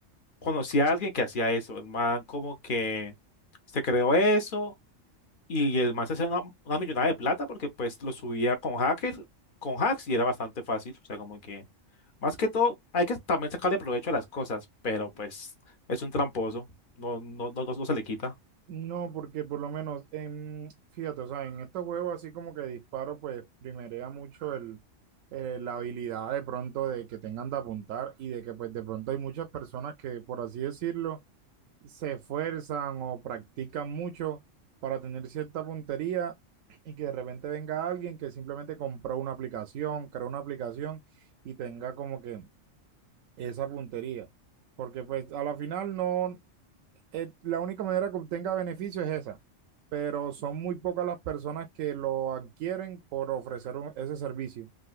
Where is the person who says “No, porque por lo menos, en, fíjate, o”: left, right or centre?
Right